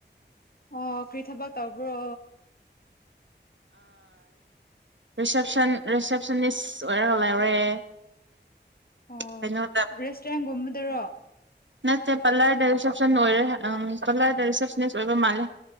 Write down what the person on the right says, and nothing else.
ꯔꯤꯁꯦꯞꯁꯟ ꯔꯤꯁꯦꯞꯁꯅꯤꯁ ꯑꯣꯏꯔꯒ ꯂꯩꯔꯦ
ꯀꯩꯅꯣꯗ
ꯅꯠꯇꯦ ꯄꯥꯂꯔꯗ ꯔꯤꯁꯦꯞꯁꯟ ꯑꯣꯏꯔꯦ ꯎ ꯄꯥꯂꯔꯗ ꯔꯤꯁꯦꯞꯁꯅꯤꯁ ꯑꯣꯏꯕ ꯃꯥꯜꯂꯦ